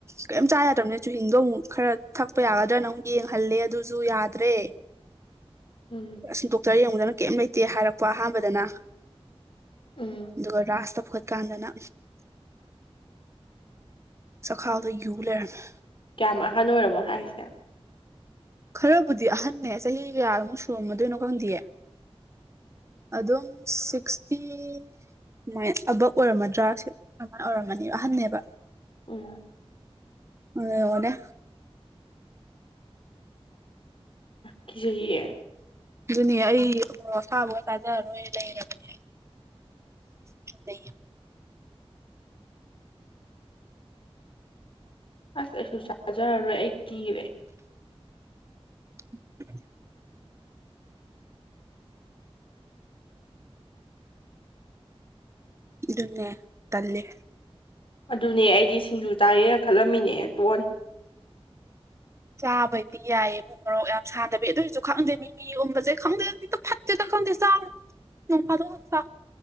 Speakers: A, on the right; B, on the left.
A: ꯀꯩꯝ ꯆꯥ ꯌꯥꯗ꯭ꯔꯕꯅꯦ ꯆꯨꯍꯤꯡꯗꯣ ꯑꯃꯨꯛ ꯈꯔ ꯊꯛꯄ ꯌꯥꯒꯗ꯭ꯔꯥꯅ ꯑꯃꯨ ꯌꯦꯡꯍꯜꯂꯦ ꯑꯗꯨꯁꯨ ꯌꯥꯗ꯭ꯔꯦ
B: ꯎꯝ
A: ꯑꯁ ꯗꯣꯛꯇꯔ ꯌꯦꯡꯉꯗꯅ ꯀꯩꯝ ꯂꯩꯇꯦ ꯍꯥꯏꯔꯛꯄ ꯑꯍꯥꯟꯕꯗꯅ
B: ꯎꯝ
A: ꯑꯗꯨꯒ ꯔꯥꯁꯇ ꯐꯠꯀꯥꯟꯗꯅ ꯆꯈꯥꯎꯗ ꯌꯨ ꯂꯩꯔꯝꯃꯤ
B: ꯀꯌꯥꯝ ꯑꯍꯟ ꯑꯣꯏꯔꯝꯃꯣ ꯍꯥꯏꯁꯦ
A: ꯈꯔꯕꯨꯗꯤ ꯑꯍꯟꯅꯦ ꯆꯍꯤ ꯀꯌꯥꯃꯨꯛ ꯁꯨꯔꯝꯃꯗꯣꯏꯅꯣ ꯈꯪꯗꯦꯌꯦ ꯑꯗꯨꯝ ꯁꯤꯛꯁꯇꯤ ꯁꯨꯃꯥꯏ ꯑꯕꯛ ꯑꯣꯏꯔꯝꯃꯗ꯭ꯔꯥ ꯀꯃꯥꯏꯅ ꯑꯣꯏꯔꯝꯃꯅꯤ ꯑꯍꯟꯅꯅꯦꯕ
B: ꯎꯝ
A: ꯑ ꯑꯣꯗ
B: ꯀꯤ ꯆꯍꯤꯍꯤꯌꯦ
A: ꯑꯗꯨꯅꯦ ꯑꯩ ꯑꯁꯥꯕꯒ ꯇꯥꯖꯔꯔꯣꯏ ꯂꯩꯔꯕꯅꯦ ꯑꯩ ꯀ ꯇ
B: ꯑꯁ ꯑꯩꯁꯨ ꯆꯖꯔꯔꯣꯏ ꯑꯩ ꯀꯤꯔꯦ
A: <unintelligible> ꯑꯗꯨꯅꯦ ꯇꯂꯦ
B: ꯑꯗꯨꯅꯦ ꯑꯩꯗꯤ ꯁꯤꯡꯖꯨ ꯆꯥꯒꯦꯅ ꯈꯜꯂꯝꯃꯤꯅꯦ ꯇꯣꯛꯑꯅꯤ
A: ꯆꯥꯕꯩꯗꯤ ꯌꯥꯏꯌꯦꯕꯨꯡ ꯃꯣꯔꯣꯛ ꯌꯥꯝ ꯁꯥꯗꯕꯤ ꯑꯗꯨ ꯑꯣꯏꯔꯁꯨ ꯈꯪꯗꯦ ꯃꯤ ꯃꯤ ꯎꯕꯁꯦ ꯈꯪꯗꯦ ꯈꯤꯛꯇ ꯐꯠꯇꯦꯗ ꯣꯟꯗ ꯆ ꯅꯣꯡ ꯐꯗ ꯆ